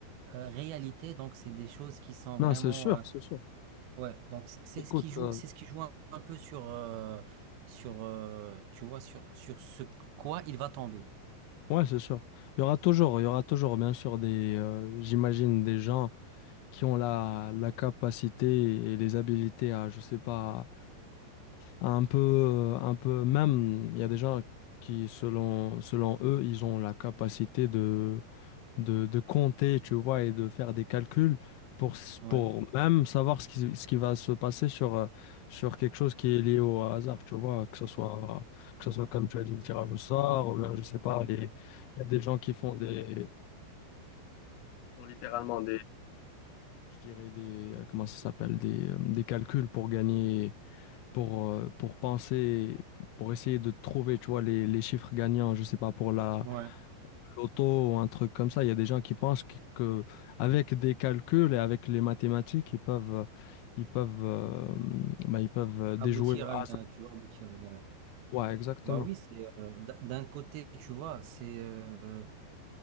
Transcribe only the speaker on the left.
Non,
c'est sûr,
c'est sûr.
Écoute,
euh,
ouais, c'est sûr. Il y aura toujours, il y aura toujours, bien sûr, des, euh, j'imagine, des gens qui ont la, la capacité et les habilités à, je sais pas, à un peu, euh, un peu, même, il y a des gens qui, selon, selon eux, ils ont la capacité de, de, de compter, tu vois, et de faire des calculs pour, s-
pour même savoir ce qui, ce qui va se passer sur, euh, sur quelque chose qui est lié au hasard, tu vois, que ce soit, que ce soit comme tu as dit, le tirage au sort, ou bien, je sais pas, les- il y a des gens qui font des, littéralement je dirais des, euh, comment ça s'appelle, des, euh, des calculs pour gagner, pour, euh, pour penser, pour essayer de trouver, tu vois, les, les chiffres gagnants, je sais pas, pour la
loto ou un truc comme ça. Il y a des gens qui pensent que, que avec des calculs et avec les mathématiques, ils peuvent, euh, ils peuvent, euh, bah, ils peuvent euh, déjouer
le hasard.
Ouais, exactement.